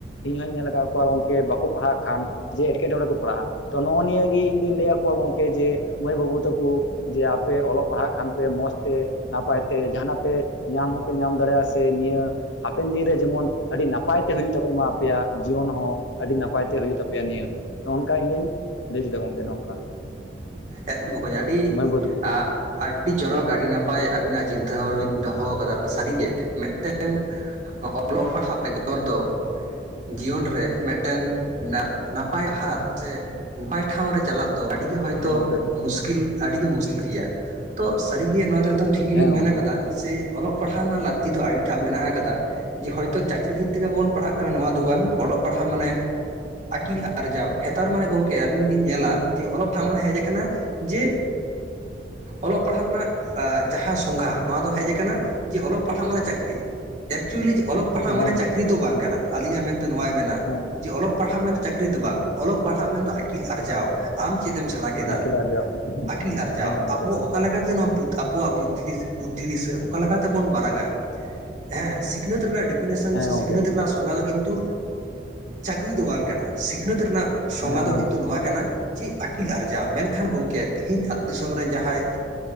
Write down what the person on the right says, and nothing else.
ᱮᱠᱫᱚᱢ ᱵᱚᱠᱚᱧ ᱟᱹᱰᱤ
ᱟᱸ ᱟᱹᱰᱤ ᱪᱚᱨᱚᱠ, ᱟᱹᱰᱤ ᱱᱟᱯᱟᱭ, ᱟᱹᱵᱤᱱᱟᱜ ᱪᱤᱱᱛᱟᱹ ᱵᱷᱟᱵᱱᱟ ᱵᱤᱱ ᱫᱚᱦᱚ ᱠᱟᱫᱟ ᱥᱟᱹᱨᱤᱜᱮ ᱢᱮᱫᱴᱮᱱ ᱚᱞᱚᱜ ᱯᱟᱲᱦᱟᱜ ᱵᱮᱜᱚᱨ ᱫᱚ ᱡᱤᱭᱚᱱ ᱨᱮ ᱢᱮᱫᱴᱮᱱ ᱱᱟᱯᱟᱭ ᱦᱟᱜ ᱥᱮ ᱱᱟᱯᱟᱭ ᱴᱷᱟᱶ ᱨᱮ ᱪᱟᱞᱟᱜ ᱫᱚ ᱟᱹᱰᱤ ᱜᱮ ᱦᱚᱭᱛ
ᱢᱩᱥᱠᱤᱞ ᱟᱹᱰᱤᱜᱮ ᱢᱩᱥᱠᱤᱞ ᱜᱮᱭᱟ᱾ ᱛᱚ ᱥᱟᱹᱨᱤᱜᱮ ᱱᱚᱣᱟ ᱫᱚ ᱮᱠᱫᱚᱢ ᱴᱷᱤᱠ ᱜᱮᱵᱧ
ᱢᱮᱱ ᱟᱠᱟᱫᱟ ᱡᱮ ᱚᱞᱚᱜ ᱯᱟᱲᱦᱟᱣ ᱨᱮᱱᱟᱜ ᱞᱟᱹᱠᱛᱤ ᱫᱚ ᱟᱹᱰᱤᱴᱟᱜ ᱢᱮᱱᱟᱜ ᱠᱟᱫᱟ ᱡᱮ ᱦᱚᱭᱛᱚ ᱪᱟᱹᱠᱨᱤ ᱛᱤᱱᱟᱹᱜ ᱵᱚᱱ ᱯᱟᱲᱦᱟᱜ ᱠᱟᱱᱟ ᱱᱚᱣᱟ ᱫᱚ ᱵᱟᱝ ᱚᱞᱚᱜ ᱯᱟᱲᱦᱟᱜ ᱢᱟᱱᱮ ᱟᱹᱠᱤᱞ ᱟᱨᱡᱟᱣ, ᱦᱮᱛᱟᱨ ᱢᱟᱱᱮ ᱜᱚᱝᱠᱮ ᱟᱵᱤᱱ ᱵᱤᱱ ᱧᱮᱞᱟ ᱡᱮ ᱚᱞᱜ ᱴᱟᱜ ᱢᱟᱱᱮ ᱠᱟᱱᱟ, ᱡᱮ ᱚᱞᱚᱜ ᱯᱟᱲᱦᱟᱜ ᱨᱮᱱᱟᱜ ᱡᱟᱦᱟᱸ ᱥᱚᱝᱜᱷᱟ, ᱱᱚᱣᱟ ᱫᱚ ᱦᱮᱡ ᱟᱠᱟᱱᱟ ᱡᱮ ᱚᱞᱚᱜ ᱯᱟᱲᱦᱟᱜ ᱢᱟᱱᱮ ᱪᱟᱹᱠᱨᱤ᱾ ᱮᱠᱪᱩᱭᱮᱞᱤ ᱚᱞᱚᱜ ᱯᱟᱲᱦᱟᱜ
ᱢᱟᱱᱮ ᱪᱟᱹᱠᱨᱤ
ᱫᱚ ᱵᱟᱝ ᱠᱟᱱᱟ ᱟᱹᱞᱤᱧᱟᱜ ᱢᱮᱱᱛᱮ ᱱᱚᱟᱭ ᱢᱮᱱᱟ᱾
ᱡᱮ ᱚᱞᱚᱜ ᱯᱟᱲᱦᱟᱜ ᱢᱮᱱᱫᱚ ᱪᱟᱹᱠᱨᱤ ᱫᱚ ᱵᱟᱝ, ᱚᱞᱚᱜ ᱯᱟᱲᱦᱟᱜ ᱢᱮᱱᱫᱚ ᱟᱹᱠᱤᱞ ᱟᱨᱡᱟᱣ, ᱟᱢ ᱪᱮᱫ ᱮᱢ ᱥᱮᱬᱟ ᱠᱮ ᱠᱮᱫᱟ᱾
ᱟᱹᱠᱤᱞ ᱟᱨᱡᱟᱣ
ᱟᱵᱚ ᱚᱠᱟ ᱚᱠᱟ ᱞᱮᱠᱟᱛᱮ ᱱᱚᱣᱟ ᱟᱵᱚᱣᱟᱜ ᱵᱩᱫᱽᱫᱷᱤ ᱫᱤᱥᱟᱹ ᱚᱠᱟ ᱞᱮᱠᱟᱛᱮ ᱵᱚᱱ ᱢᱟᱨᱟᱝᱟ᱾ ᱦᱮᱸᱥᱤᱠ ᱥᱤᱠᱷᱱᱟᱹᱛ ᱨᱮᱱᱟᱜ ᱰᱤᱯᱷᱤᱱᱮᱥᱚᱱ
ᱥᱮ, ᱥᱤᱠᱷᱱᱟᱹᱛ
ᱨᱮᱱᱟᱜ ᱥᱚᱝᱜᱟ ᱫᱚ ᱠᱤᱱᱛᱩ ᱪᱟᱹᱠᱨᱤ ᱫᱚ ᱵᱟᱝ ᱠᱟᱱᱟ᱾ ᱥᱤᱠᱷᱱᱟᱹᱛ ᱨᱮᱱᱟᱜ ᱥᱚᱝᱜᱟ
ᱫᱚ
ᱠᱤᱱᱛᱩ
ᱱᱚᱣᱟ ᱠᱟᱱᱟ᱾ ᱡᱮ ᱟᱹᱠᱤᱞ ᱟᱨᱡᱟᱣ ᱢᱮᱱᱠᱷᱟᱱ ᱜᱚᱝᱠᱮ ᱛᱮᱦᱮᱧ ᱟᱹᱛᱩ ᱫᱤᱥᱚᱢ ᱨᱮᱱ ᱡᱟᱦᱟᱸᱭ